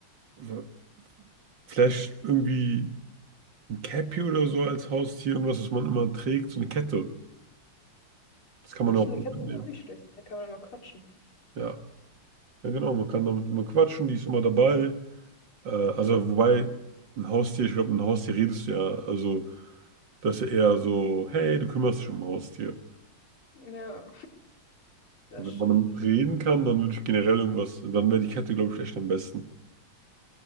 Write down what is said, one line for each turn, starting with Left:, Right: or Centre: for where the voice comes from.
Right: w- vielleicht irgendwie ein Cappy oder so als Haustier, irgendwas, was man immer trägt, so eine Kette. Das kann man
Left: Ja, stimmt,
Right: auch gut
Left: eine Katze
Right: mitnehmen.
Left: wäre auch nicht schlecht, da kann man immer quatschen.
Right: Ja, ja genau, man kann damit immer quatschen, die ist immer dabei. Äh, also, wobei, ein Haustier, ich glaube, mit einem Haustier redest du ja. Also, das ist ja eher so, hey, du kümmerst dich um ein Haustier.
Left: Ja, das
Right: Und wenn
Left: stimmt.
Right: man damit reden kann, dann würde ich generell irgendwas, dann wäre die Kette, glaube ich, echt am besten.